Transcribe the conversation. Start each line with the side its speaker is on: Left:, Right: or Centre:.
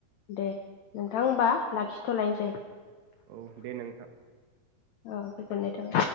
Left: दे नोंथां होमबा लाखिथ लायनसै
Right: औ दे नोंथां
Left: औ गोजोननाय थाबाय